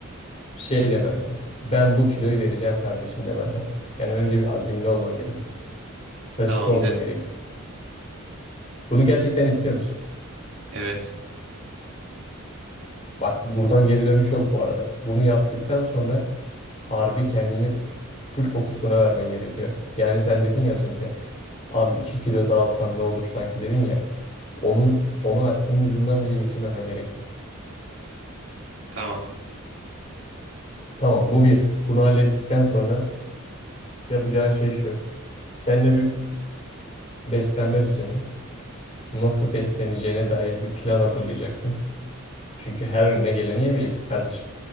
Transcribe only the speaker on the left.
Bir şey demen lazım. Ben bu kiloyu vereceğim kardeşim demen lazım. Yani önce bir azimli olman gerekiyor. Hırslı
olman
gerekiyor. Bunu gerçekten istiyor musun?
Bak buradan geri dönüş yok bu arada. Bunu yaptıktan sonra harbi kendini full fokus buna vermen gerekiyor. Yani sen dedin ya az önce. Abi 2 kilo daha alsam ne olur sanki dedin ya. Onun onu aklının ucundan bile geçirmemen gerekiyor.
Tamam bu bir. Bunu hallettikten sonra yapacağın şey şu. Kendine bir beslenme düzeni. nasıl besleneceğine dair bir plan hazırlayacaksın. Çünkü her önüne geleni yemeyeceksin kardeşim.